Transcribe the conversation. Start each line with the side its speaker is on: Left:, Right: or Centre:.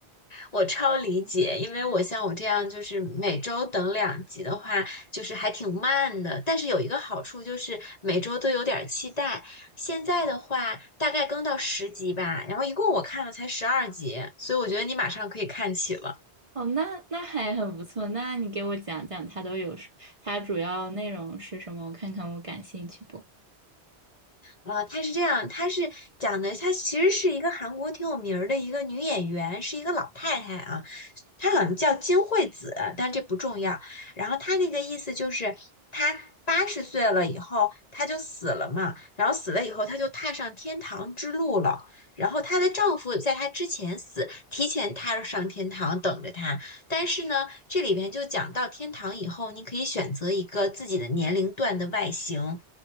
Left: 我超理解，因为我像我这样，就是每周等两集的话，就是还挺慢的。但是有一个好处就是每周都有点儿期待。现在的话，大概更到十集吧，然后一共我看了才十二集，所以我觉得你马上可以看起了。
Right: 哦，那那还很不错。那你给我讲讲它都有什，它主要内容是什么？我看看我感兴趣不？
Left: 啊，她是这样，她是讲的，她其实是一个韩国挺有名儿的一个女演员，是一个老太太啊，她好像叫金惠子，但这不重要。然后她那个意思就是，她八十岁了以后，她就死了嘛，然后死了以后，她就踏上天堂之路了。然后她的丈夫在她之前死，提前踏上天堂等着她。但是呢，这里边就讲到天堂以后，你可以选择一个自己的年龄段的外形。